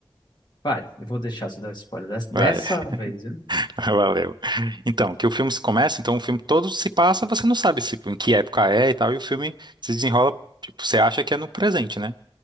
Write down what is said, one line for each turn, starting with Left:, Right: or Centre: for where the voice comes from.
Left: Vai, eu vou deixar você dar spoiler dessa,
Right: Vai,
Left: dessa vez, viu?
Right: <laughs> valeu. Então, que o filme se começa, então o filme todo se passa, você não sabe se, em que época é e tal, e o filme se desenrola, tipo, você acha que é no presente, né?